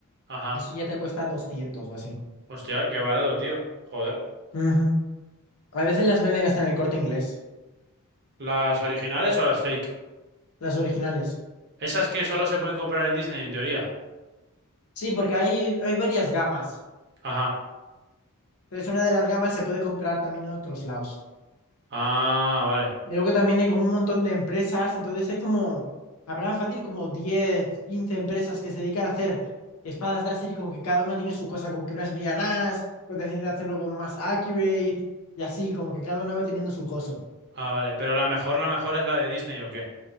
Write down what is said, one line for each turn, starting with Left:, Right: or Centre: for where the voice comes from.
Right: Ajá,
Left: Eso ya te cuesta 200 o así.
Right: hostia, qué barato, tío. Joder.
Left: Ujú. A veces las venden hasta en el Corte Inglés,
Right: ¿Las originales o las fake?
Left: las originales.
Right: Esas que solo se pueden comprar en Disney, en teoría.
Left: Sí, porque hay, hay varias gamas.
Right: Ajá.
Left: Entonces una de las gamas se puede comprar también en otros lados.
Right: Ah, vale.
Left: Y luego también hay como un montón de empresas, entonces hay como, habrá fácil como 10 15 empresas que se dedican a hacer espadas láser y como que cada una tiene su cosa, como que unas brillan más, otras intentan hacerlo como más accurate y así, como que cada una va teniendo su cosa.
Right: Ah, vale. Pero la mejor, la mejor es la de Disney, ¿o qué?